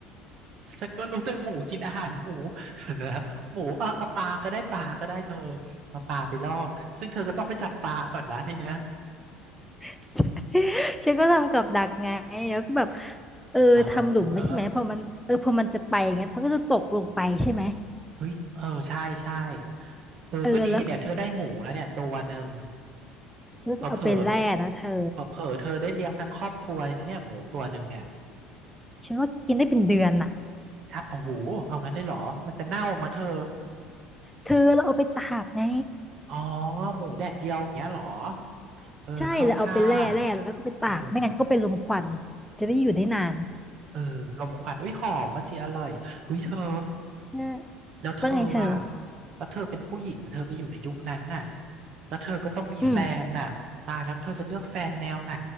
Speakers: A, on the right; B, in the centre.
A: ฉันก็รู้แต่หมูกินอาหารหมู <laughs> นะครับหมูเอาเอาปลาก็ได้ปลาก็ได้เธอเอาปลาไปล่อซึ่งเธอก็ต้องไปจับปลาก่อนนะทีเนี้ย
B: <laughs> ฉันก็ทำกับดักไงแล้วก็แบบเออทำหลุมไว้ใช่ไหมพอมันเออพอมันจะไปอย่างเงี้ยมันก็จะตกลงไปใช่ไหม
A: อ๋อเฮ้ยเออใช่ใช่เออก็ดีเนี่ยเธอได้หมูแล้วเนี่ยตัวหนึ่ง
B: เออแล้วฉันก็จะเอาไปแล่นะเธอ
A: เผลอเผลอเผลอๆเธอได้เลี้ยงทั้งครอบครัวเนี่ยเนี่ยหมูตัวหนึ่งเนี่ย
B: ฉันว่ากินได้เป็นเดือนอ่ะ
A: ชะโอ้โหเอางั้นเลยเหรอมันจะเน่ามันเธอ
B: เธอเราเอาไปตากไง
A: อ๋อหมูแดดเดียวอย่างเงี้ยเหรอเออเข้าท่า
B: ใช่แล้วเอาไปแล่แล่แล้วก็ไปตากไม่งั้นก็เป็นลมควัน
A: เออ
B: จะได้อยู่ได้นาน
A: เออลมควันอุ้ยหอมมาสิอร่อยหุ้ยเธอ
B: ใช่
A: แล้วเธออ่ะ
B: ว่าไงเธอ
A: แล้วเธอเป็นผู้หญิงนะเธอไปอยู่ในยุคนั้นน่ะแล้วเธอก็ต้องมีแฟนน่ะตายแล้วเธอจะเลือกแฟนแนวไหน
B: อืม